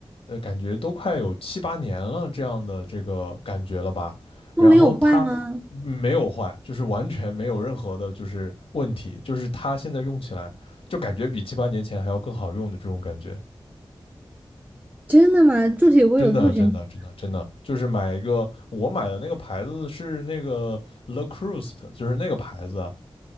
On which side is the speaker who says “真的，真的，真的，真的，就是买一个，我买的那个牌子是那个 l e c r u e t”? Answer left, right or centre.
Left